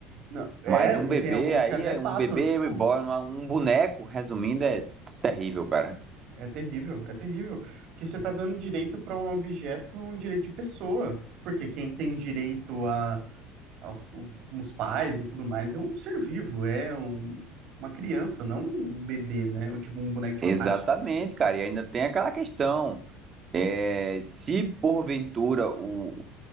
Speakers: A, on the right (about 45°); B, on the right (about 25°).
A: Não, é,
B: Mas um bebê
A: e tem alguns
B: aí
A: que até
B: é
A: passam,
B: um bebê
A: tipo,
B: reborn, uma- um boneco, resumindo, é terrível, cara.
A: é terrível, é terrível. Porque você tá dando direito para um objeto, um direito de pessoa. Porque quem tem direito a, a- os pais e tudo mais é um ser vivo, é um- uma criança, não um bebê, né? Ou tipo um boneco de
B: Exatamente,
A: plástico.
B: cara. E ainda tem aquela questão. É, se porventura o,